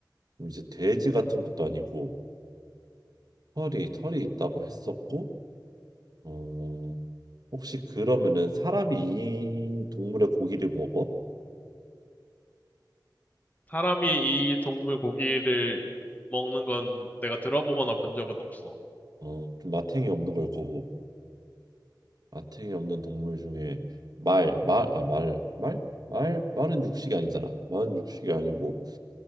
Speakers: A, on the right; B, on the left.
A: 그럼 이제 돼지 같은 것도 아니고 털이 털이 있다고 했었고 어 혹시 그러면은 사람이 이 동물의 고기를 먹어?
B: 사람이 이 동물 고기를 먹는 건 내가 들어보거나 본 적은 없어.
A: 어, 좀 마탱이 없는 걸 거고. 마탱이 없는 동물 중에 말, 말, 아, 말, 말? 말, 말은 육식이 아니잖아. 말은 육식이 아니고.